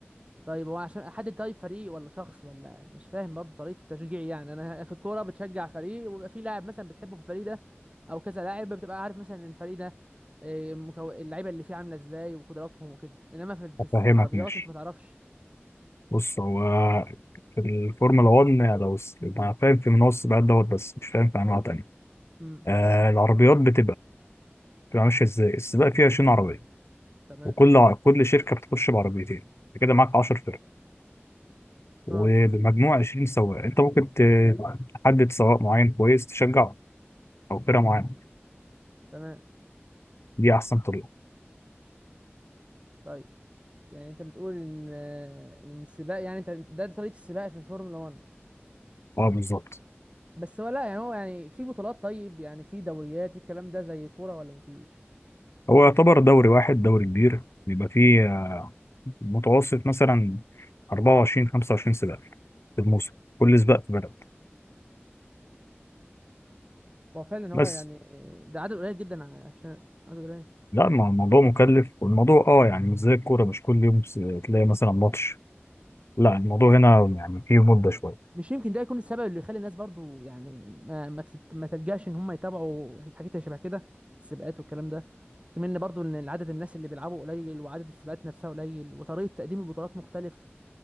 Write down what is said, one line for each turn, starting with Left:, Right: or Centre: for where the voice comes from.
Right: طيب هو عشان احدد طيب فريق ولا شخص ولا مش فاهم برضه طريقه التشجيع يعني انا في الكوره بتشجع فريق وبيبقى في لاعب مثلا بتحبه في الفريق ده او كذا لاعب بتبقى عارف مثلا ان الفريق ده إيه، مكو... اللعيبه اللي فيه عامله ازاي وقدراتهم وكده انما في في
Left: أفهمك
Right: في العربيات
Left: ماشي
Right: انت ما تعرفش
Left: بص هو في الفورمولا 1 لو س- أنا فاهم في منوع السباقات دوت بس مش فاهم في أنواع تانية
Right: امم
Left: آه العربيات بتبقى بتبقى ماشية إزاي السباق فيها 20 عربية
Right: تمام
Left: وكل ع- كل شركة بتخش بعربيتين أنت كده معاك 10 وبمجموع
Right: اه
Left: 20 سواق انت ممكن ت- تحدد سواق معين كويس تشجعه او فرقه معينه
Right: تمام
Left: دي احسن طريقه
Right: طيب يعني انت بتقول ان آه، ان السباق يعني انت ده, ده طريقه السباق في الفورمولا 1
Left: اه بالظبط
Right: بس هو لا يعني هو يعني في بطولات طيب يعني في دوريات في الكلام ده زي الكوره ولا مفيش
Left: هو يعتبر دوري واحد دوري كبير بيبقى فيه متوسط مثلا 24 25 سباق في الموسم كل سباق في بلد
Right: هو فعلا هو
Left: بس
Right: يعني ده عدد قليل جدا عشان عدد قليل
Left: لا الم- الموضوع مكلف والموضوع اه يعني مش زي الكوره مش كل يوم س- تلاقي مثلا ماتش لا الموضوع هنا يعني فيه مده شويه
Right: مش يمكن ده يكون السبب اللي يخلي الناس برضو يعني ما ما تت- ما تلجاش ان هم يتابعوا الحاجات اللي شبه كده السباقات والكلام ده كمان إن برضو ان عدد الناس اللي بيلعبوا قليل وعدد السباقات نفسها قليل وطريقة تقديم البطولات مختلف